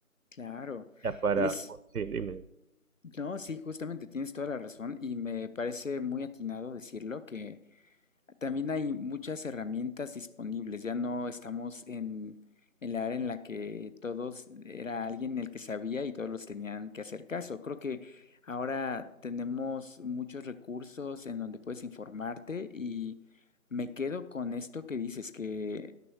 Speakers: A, on the left; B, on the right.
A: claro.
B: Ya para,
A: Y es,
B: pues, sí, dime.
A: no, sí, justamente tienes toda la razón y me parece muy atinado decirlo que también hay muchas herramientas disponibles, ya no estamos en, en la era en la que todos era alguien el que sabía y todos los tenían que hacer caso. Creo que ahora tenemos muchos recursos en donde puedes informarte y me quedo con esto que dices, que